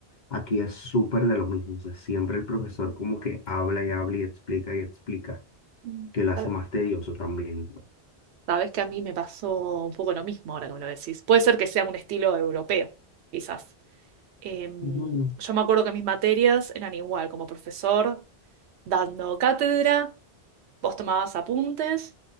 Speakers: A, on the left; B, on the right.
A: Aquí es súper de lo mismo. O sea, siempre el profesor como que habla y habla y explica y explica,
B: Mm,
A: que lo hace
B: sab-
A: más tedioso también.
B: Sabes que a mí me pasó un poco lo mismo ahora que me lo decís. Puede ser que sea un estilo europeo, quizás. Em,
A: Bueno,
B: yo me acuerdo que mis materias eran igual, como profesor dando cátedra, vos tomabas apuntes